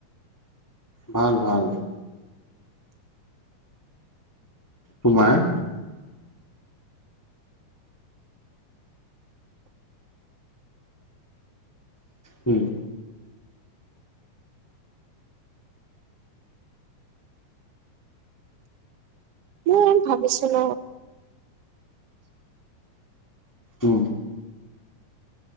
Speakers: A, in the centre; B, on the right.
A: ভাল, ভাল। তোমাৰ? উম।
B: মই ভাবিছো ন।
A: উম